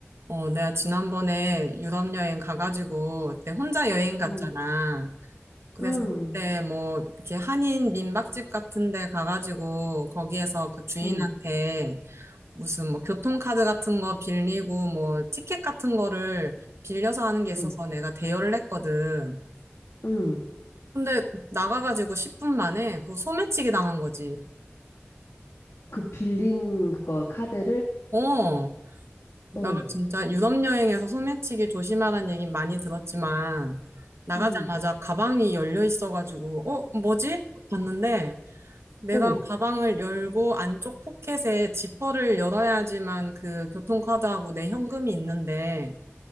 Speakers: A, on the right (about 70°); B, on the left (about 70°).
A: 어, 내가 지난번에 유럽 여행 가가지고, 그때 혼자 여행 갔잖아.
B: 응.
A: 그래서
B: 응.
A: 그때 뭐, 이렇게 한인 민박집 같은 데 가가지고, 거기에서 그 주인한테
B: 응.
A: 무슨 뭐 교통카드 같은 거 빌리고, 뭐 티켓 같은 거를 빌려서 하는 게 있어서
B: 응.
A: 내가 대여를 했거든.
B: 응.
A: 근데 나가가지고 10분 만에 그거 소매치기 당한 거지.
B: 그 빌린 그거 카드를?
A: 어. 나
B: 어.
A: 진짜 유럽 여행에서 소매치기 조심하라는 얘긴 많이 들었지만 나가자마자
B: 응.
A: 가방이 열려 있어가지고 어 뭐지? 봤는데 내가
B: 어.
A: 가방을 열고 안쪽 포켓에 지퍼를 열어야지만 그 교통카드하고 내 현금이 있는데